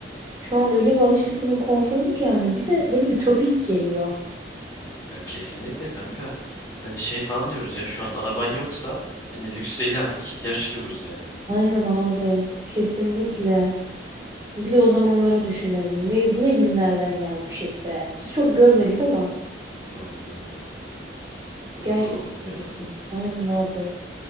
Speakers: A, on the right (about 15°); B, on the left (about 20°).
A: Şu an öyle bir alıştık bunun konforuna ki yani bize böyle ütopik geliyor.
B: Ya kesinlikle kanka. Hani şey falan diyoruz ya şu an araban yoksa hani lüks değil artık ihtiyaç diyoruz yani.
A: Aynen abi. Kesinlikle. Bir de o zamanları düşünelim. Ne, ne günlerden gelmişiz be. Biz çok görmedik ama
B: Vallahi ya. Çok
A: gerçekten
B: zor olurdu ya.
A: çok ilginç. Aynen abi.